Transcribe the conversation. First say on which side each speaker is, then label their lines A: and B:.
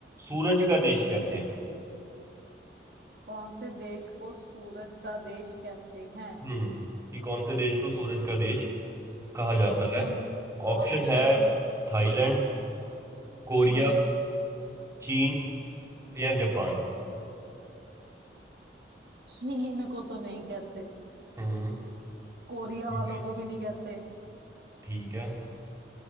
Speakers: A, on the right (about 15°); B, on the right (about 65°).
A: सूरज का देश कहते हैं
B: कौन से देश को सूरज का देश कहते हैं
A: हम्म कि कौन से देश को सूरज का देश कहा जाता
B: ऑप्शन
A: है ऑप्शन
B: ऑप्शन
A: है थाईलैंड कोरिया
B: हम्म
A: चीन या जापान
B: चीन को तो नहीं कहते
A: हम्म
B: कोरिया
A: ठीक
B: वालों
A: है
B: को भी नहीं कहते
A: ठीक है